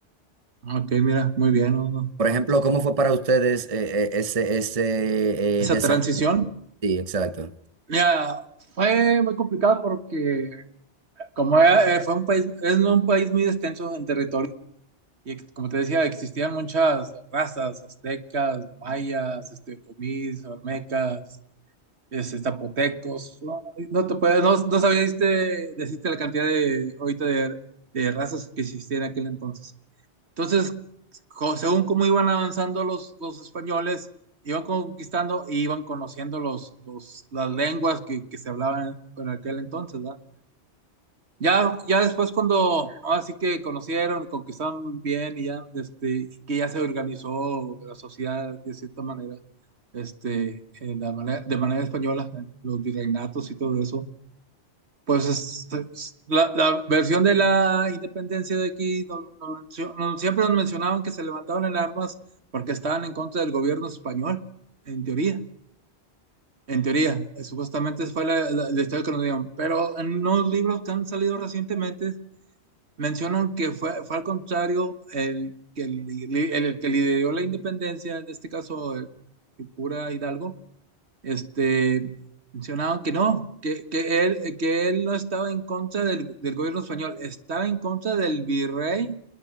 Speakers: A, on the right (about 75°); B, on the right (about 35°).
A: Ok, mira, muy bien. ¿no? no.
B: Por ejemplo,
A: Entonces,
B: ¿cómo fue para ustedes eh, eh, ese, ese
A: Esa
B: eh, desarrollo?
A: transición,
B: Sí, exacto.
A: mira, fue muy complicada porque como era- eh, fue un país, es no un país muy extenso en territorio. Y ex- como te decía, existían muchas razas, aztecas, mayas, este, otomís, olmecas, es, es Zapotecos, no, no te puedes, no, no sabías de- decirte la cantidad de, ahorita de, de razas que existían en aquel entonces. Entonces, co- según cómo iban avanzando los, los españoles, iban conquistando y iban conociendo los, los, las lenguas que, que se hablaban en aquel entonces, ¿verdad? Ya, ya después cuando así que conocieron, y conquistaron bien y ya, este, y que ya se organizó la sociedad de cierta manera, este, en la manera, de manera española, en los virreinatos y todo eso, pues es- es- la, la versión de la independencia de aquí, no- no mencio- no- siempre nos mencionaban que se levantaban en armas porque estaban en contra del gobierno español, en teoría. En teoría, eh, supuestamente esa fue la, la- la historia que nos dieron, pero en unos libros que han salido recientemente mencionan que fue, fue al contrario el que, el, el que lideró la independencia, en este caso el, el cura Hidalgo, este, mencionaban que no, que, que él, que él no estaba en contra del, del gobierno español, estaba en contra del virrey